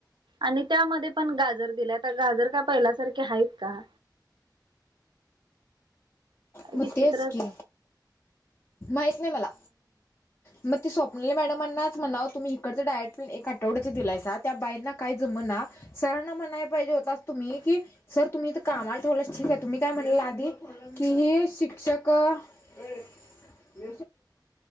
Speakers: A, on the right; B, on the left.
A: आणि त्यामध्ये पण गाजर दिलंय, आता गाजर का पहिल्यासारखे आहेत का?
B: मग
A: विचित्रच
B: तेच की माहित नाही मला. म ते स्वप्नी मॅडमांनाचं म्हणावं तुम्ही इकडचं डाइट प्लॅन एक आठवड्याचं दिलायसा त्या बाईंना काय जमना सरांना म्हणाय पाहिजे होता तुम्ही की सर तुम्ही इथं कामाल ठेवलाय ठीक आहे, तुम्ही काय म्हणलेला आधी की हे शिक्षक <inaudible>